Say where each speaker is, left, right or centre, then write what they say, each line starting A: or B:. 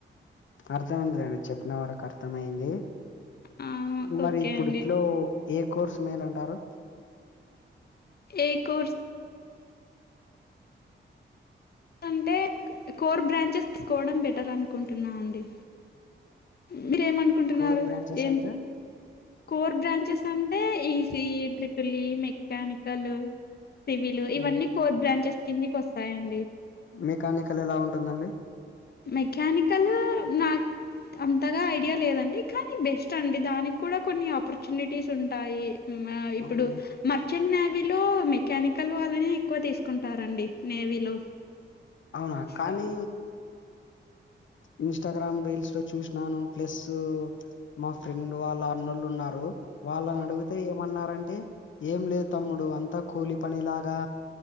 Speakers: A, on the left; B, on the left.
A: అర్థమైందిదండి చెప్పిన వరకు అర్థమయింది
B: ఆ
A: మరి
B: ఓకే
A: ఇప్పుడిట్లో
B: అండి
A: ఏ కోర్సు మేలు అంటారు
B: ఏకోర్స్ అంటే కోర్ బ్రాంచెస్ తీసుకోవడం బెటర్ అనుకుంటున్నా అండి మీరేమనుకుంటున్నారు
A: కోర్ బ్రాంచెస్
B: ఏం
A: అంటే
B: కోర్ బ్రాంచెస్ అంటే E C E, triple E, mechanical civil ఇవన్నీ
A: హ్మ్.
B: కోర్ బ్రాంచెస్ కిందికి వస్తాయండి
A: మెకానికల్ ఎలా ఉంటుందండి
B: మెకానికల్ నాక్ అంతగా ఐడియా లేదండి కానీ బెస్ట్ అండి దానిక్కుడా కొన్ని ఆపర్చునిటీస్ ఉంటాయి ఉమ్ ఆ ఇప్పుడు
A: హ్మ్.
B: మర్చ్ తె నావీలో మెకానికల్ వాళ్ళనే ఎక్కువ తీసుకుంటారండి నేవీలో
A: అవునా కానీ
B: సో
A: ఇన్స్టాగ్రామ్ రీల్స్ లో చూసినాను ప్లస్ మా ఫ్రెండ్ వాళ్ళ అన్నలున్నారు వాళ్ళనడుగితే ఏమన్నారంటే ఏం లేదు తమ్ముడు అంతా కూలి పని లాగా